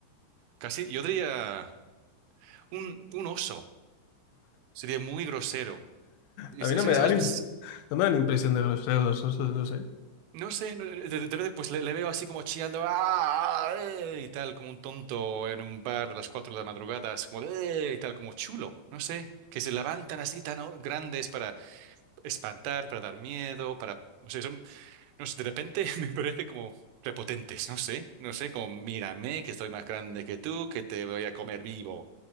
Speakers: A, on the right; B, on the left.
A: Casi, yo diría. un, un oso. Sería muy grosero. Y,
B: A
A: s-
B: mí no me
A: y
B: dan,
A: sabes, Pues,
B: no me dan impresión de groseros, o sea, no sé.
A: no sé, no- eh, de, de- de repente pues le, le veo así como chillando "Ah, eh", y tal, como un tonto en un bar a las cuatro de la madrugada, así como "Eh", y tal, como chulo, no sé, que se levantan así tan o- grandes para espantar, para dar miedo, para, no sé, son, no sé, de repente <laughs> me parecen como prepotentes, no sé, no sé, como mírame, que estoy más grande que tú, que te voy a comer vivo,